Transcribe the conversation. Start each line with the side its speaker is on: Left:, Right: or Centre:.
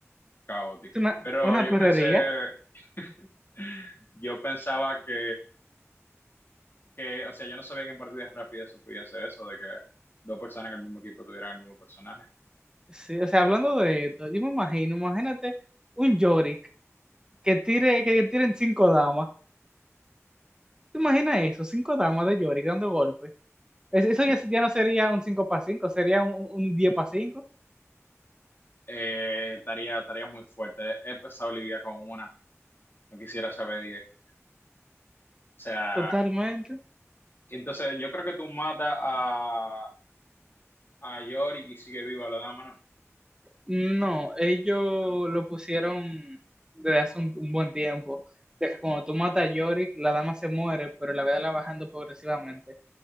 Left: caótico,
Right: Es una,
Left: pero
Right: una
Left: yo
Right: perrería.
Left: pensé, <laughs> yo pensaba que, que, o sea, yo no sabía que en partidas rápidas se podía hacer eso, de que dos personas en el mismo equipo tuvieran el mismo personaje.
Right: Sí, o sea, hablando de esto, yo me imagino, imagínate un Yorick que tire, que, que tiren cinco damas. ¿Te imaginas eso? Cinco damas de Yorick dando golpes. Es- Eso ya, ya no sería un 5 para 5, sería un, un 10 para 5,
Left: Eh, tarea, tarea muy fuerte. He empezado Olivia con una. No quisiera saber diez O sea,
Right: totalmente.
Left: entonces yo creo que tú matas a, a Yorick y sigue viva la dama, ¿no?
Right: No, ellos lo pusieron desde hace un, un buen tiempo. De que cuando tú matas a Yorick, la dama se muere, pero la vida la va bajando progresivamente.